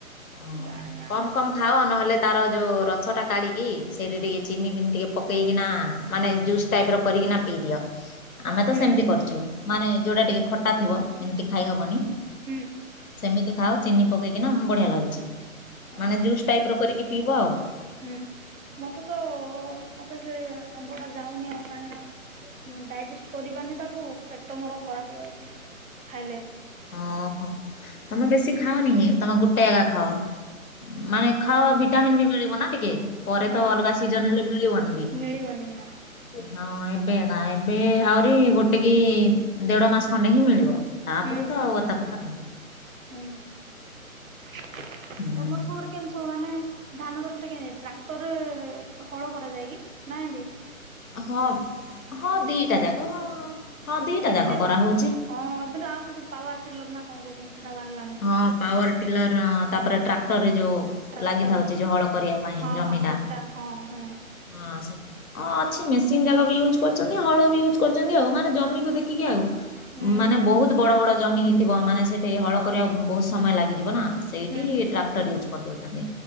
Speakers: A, on the left; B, on the right.
A: ଅଁ
B: ମୁଁ
A: ହଁ
B: ଜାଣିନି ଆଉ
A: କମ୍ କମ୍ ହାଅ ନହେଲେ ତାର ଯୋଉ ରସଟା କାଢ଼ିକି ସେଇଠି ଟିକେ ଚିନି ଫିନି ଟିକେ ପକେଇକିନା। ମାନେ ଜୁସ୍ ଟାଇପ୍ର କରିକିନା ପିଇଦିଅ ଆମେ
B: ହୁଁ
A: ତ ସେମିତି କରିଛୁ ମାନେ ଯେଉଁଟା ଟିକେ ଖଟା ଥିବ ଏମିତି ଖାଇହେବନି
B: ହୁଁ
A: ସେମିତି ଖାଅ ଚିନି ପକେଇକିନା ବଢ଼ିଆ ଲାଗୁଛି
B: ହୁଁ
A: ମାନେ ଜୁସ୍ ଟାଇପ୍ର କରିକି ପିଇବ ଆଉ।
B: ହୁଁ ମତେ ତ ମତେ ସେ ଆମ୍ବଟା ଯାଉନି ଆଉ କାହିଁଣ ମୁଁ ଡାଇଜେଷ୍ଟ କରିପାରୁନି ତାକୁ ପେଟ ମୋର ଖରାପ ହେଇଯାଉଛି ଖାଇଲେ
A: ଓହୋ ତମେ ବେଶୀ ଖାଅନି ତମେ ଗୋଟେ ଏକା ଖାଅ
B: ହୁଁ <inaudible>
A: ମାନେ
B: ହଁ
A: ଖାଅ ଭିଟାମିନ୍ ବି ମିଳିବ ନା ଟିକେ ପରେ
B: ହଁ
A: ତ ଅଲଗା ସିଜନ ହେଲେ ମିଳିବନି ବି।
B: ମିଳିବନି ନା ହଁ
A: ହଁ ଏବେ ଏକା ଏବେ ଆହୁରି ଗୋଟେ କି ଦେଢ ମାସ ଖଣ୍ଡେ ହିଁ ମିଳିବ।
B: ହୁଁ
A: ତାପରେ
B: ହୁଁ
A: ତ ଆଉ
B: ହୁଁ
A: ଅତା ପତା ନାହିଁ
B: ହୁଁ ତମର
A: ହୁଁ।
B: ସବୁଠୁ କେମିତି ମାନେ ଧାନ ଚାଷ ଟା କେତି ଟ୍ରାକ୍ଟରରେ ହଳ କରାଯାଏ କି ନା ଏନ୍ତି
A: ହଁ ହଁ ଦିଟା ଯାକ ହଁ ଦିଟା
B: କେତେ
A: ଯାକ କରାହଉଛି।
B: ହଁ ଏବେ ତ ଆଉ ସେ ପାୱାର ଟେଲର ନା କଣ କହୁଛନ୍ତି ସେଟା ବାହାରିଲାଣି।
A: ହଁ ପାୱାର ଟିଲର ତାପରେ ଟ୍ରାକ୍ଟରରେ ଯୋଉ
B: ଟ୍ରାକ୍ଟର
A: ଲାଗିଥାଉଛି ଯେ ହଳ କରିବା ପାଇଁ
B: ହଁ
A: ଜମିଟା
B: ହଁ ସେଟା ହଁ ହଁ
A: ହଁ ସେ ହଁ ଅଛି ମେସିନ୍ ଯାକ ବି ୟୁଜ କରୁଛନ୍ତି ହଳ ବି ୟୁଜ୍ କରଛନ୍ତି ଆଉ ମାନେ ଜମିକୁ ଦେଖି ଦେଖିକି ଆଉ
B: ହୁଁ
A: ମାନେ
B: ହୁଁ
A: ବହୁତ ବଡ ବଡ ଜମି ହେଇଥିବ ମାନେ ସେଠି ହଳ କରିବାକୁ ବହୁତ ସମୟ ଲାଗିଯିବ ନା ସେଇଠି
B: ହୁଁ
A: ଟ୍ରାକ୍ଟର ୟୁଜ୍ କରିଦଉଛନ୍ତି